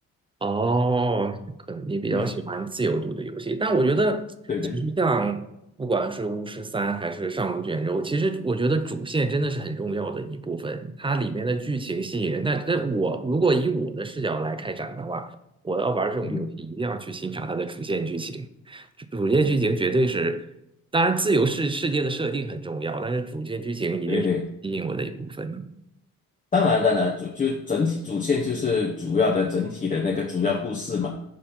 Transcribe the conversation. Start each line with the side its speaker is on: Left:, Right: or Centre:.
Right: 哦，可能你比较喜欢自由度的游戏，
Left: 嗯
Right: 但我觉得其实像不管是巫师三还是上古卷轴，
Left: 对对，
Right: 其实我觉得主线真的是很重要的一部分，它里面的剧情吸引人。但但我如果以我的视角来开展的话，我要玩这种游戏一定要去欣赏它的主线剧情，
Left: 嗯，
Right: 主线剧情绝对是，当然自由世世界的设定很重要，但是主线剧情一定是吸引我的一部分。
Left: 对对。当然，当然，主就整体主线就是主要的整体的那个主要故事嘛。